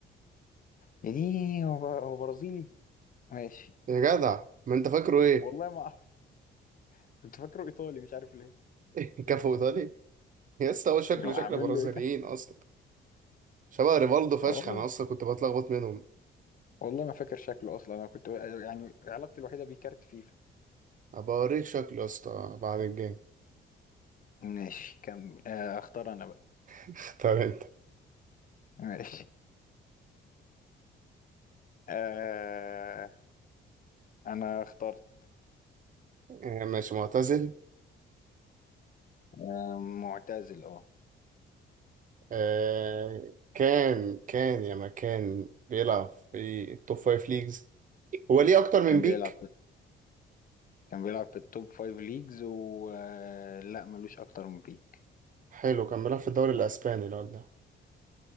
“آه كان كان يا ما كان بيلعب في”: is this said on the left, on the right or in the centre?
Right